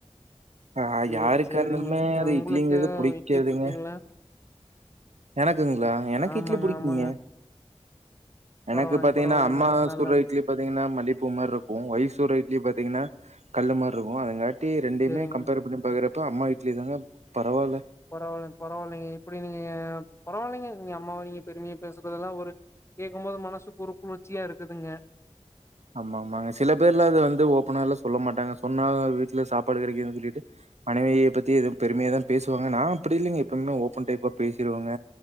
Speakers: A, on the right (about 80°); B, on the left (about 25°).
A: ஆ
B: சேரி
A: யாருக்கா
B: சேரிங்க
A: இருந்தாலுமே அது
B: உங்களுக்கு
A: இட்லிங்கிறது புடிக்காதுங்க.
B: இட்லி புடிக்குங்களா
A: எனக்குங்களா எனக்கு
B: ஆமாங்க
A: இட்லி புடிக்குங்க
B: ஆமாங்க
A: எனக்கு
B: பரவாயில்லைங்க
A: பாத்தீங்கன்னா
B: பரவாயில்லைங்க
A: அம்மா
B: நல்ல
A: சுட்ற இட்லி பாத்தீங்கன்னா மல்லிப்பூ மாரி இருக்கு ஒய்ஃப் சூட்ற இட்லி பாத்தீங்கன்னா கல்லு மாரி இருக்கு அதுங்காட் டி ரெண்டிமே
B: சேரிங்க
A: கம்பேர் பண்ணி பாக்கறப்ப அம்மா இட்லி தாங்க பரவால்ல
B: பரவால்லங் பரவால்லைங்க இப்டி நீங்க பரவாயில்லைங்க நீங்க அம்மாவ நீங்க பெருமையா பேசும்போதெல்லா ஒரு கேட்கும் போது மனசுக்கு ஒருகுளிர்ச்சியா இருக்குதுங்க
A: ஆமா ஆமாங்க சில பேர்ல அத வந்து ஓப்பனா வெல்ல சொல்ல மாட்டாங்க சொன்னா வீட்ல சாப்பாடு கிடைக்காதுன்னு சொல்லிட்டு மனைவிய பத்தி எதும் பெருமையா தா பேசுவாங்க நா அப்டி இல்லைங்க எப்பயுமே ஓபன் டைப்பா பேசிருவங்க